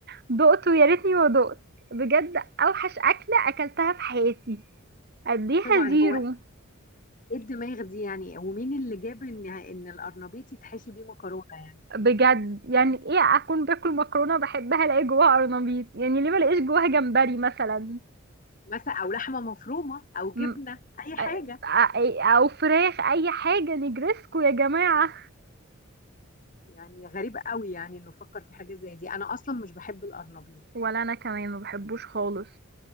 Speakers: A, on the right (about 50°); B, on the left (about 40°).
A: دقت ويا ريتني ما دقت بجد اوحش اكله اكلتها في حياتي اديها
B: طبعا
A: زيرو
B: هو ايه الدماغ دي يعني ومين اللي جاب ان ان القرنبيط يتحشي بيه مكرونه يعني
A: بجد يعني ايه اكون باكل مكرونه بحبها الاقي جواها قرنبيط يعني ليه ما الاقيش جواها جمبري مثلا
B: مثلا او لحمه مفرومه او
A: م-
B: جبنه اي حاجه
A: أ- أ- او فراخ اي حاجه نجرسكو يا جماعه
B: يعني غريب قوي يعني انه فكر في حاجه زي دي انا اصلا مش بحب القرنبيط
A: ولا انا كمان ما بحبوش خالص